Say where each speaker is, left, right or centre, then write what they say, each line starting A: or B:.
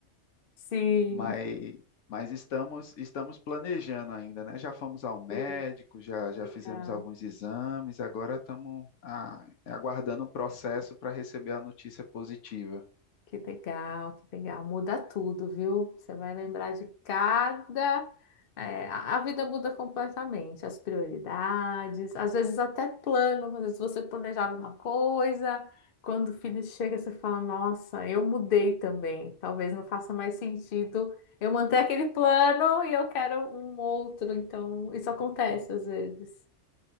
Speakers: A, on the left (about 50°); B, on the left (about 70°).
A: Sim,
B: mas, mas estamos, estamos planejando ainda, né? Já fomos ao médico,
A: sim,
B: já, já
A: legal.
B: fizemos alguns exames, agora estamos ah, aguardando um processo para receber a notícia positiva.
A: Que legal, que legal. Muda tudo, viu? Você vai lembrar de cada. é, a a vida muda completamente, as prioridades, às vezes até plano. Às vezes você planejava uma coisa, quando o filho chega, você fala: Nossa, eu mudei também. Talvez não faça mais sentido eu manter aquele plano e eu quero um outro. Então, isso acontece às vezes,